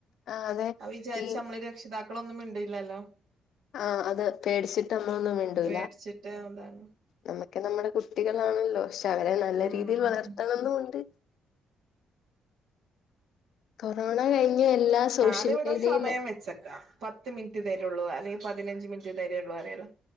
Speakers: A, on the left (about 70°); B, on the right (about 75°).
A: ആഹ് അതെ
B: അത് വിചാരിച്ച്
A: ഈ
B: നമ്മള് രക്ഷിതാക്ക മക്കളൊന്നും മിണ്ടില്ലല്ലോ
A: ആഹ് അത് പേടിച്ചിട്ട് നമ്മൊന്നും മിണ്ടൂല്ല.
B: പേടിച്ചിട്ട് അതാണ്
A: നമ്മക്കെ നമ്മുടെ കുട്ടികളാണല്ലോ പക്ഷെ അവരെ നല്ല
B: ഉം
A: രീതിയിൽ വളർത്തണന്നുണ്ട്. കൊറോണ കഴിഞ്ഞ് എല്ലാ സോഷ്യൽ
B: ഞാനിവിടെ
A: മീഡിയയില്
B: സമയം വെ ഉച്ചക്കാ പത്ത് മിനിറ്റ് തരള്ളു അല്ലെങ്കിൽ പതിനഞ്ച് മിനിറ്റ് തരള്ളു പറയല.